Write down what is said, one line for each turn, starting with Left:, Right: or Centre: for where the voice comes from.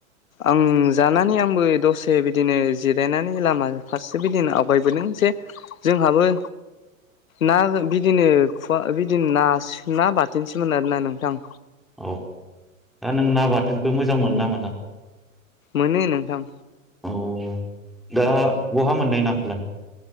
Left: आं जानानै आंबो दसे बिदिनो जिरायनानै लामा फारसे बिदिनो आवगायबोदों जे जोंहाबो ना बिदिनो फवा बिदिनो न ना बाथोनसोमोन आरोना नोंथां
Centre: औ दा नों ना बाथोनबो मोजां मोनो ना मोना
Left: मोनो नोंथां
Centre: औ दा बहा मोननाय न खालाय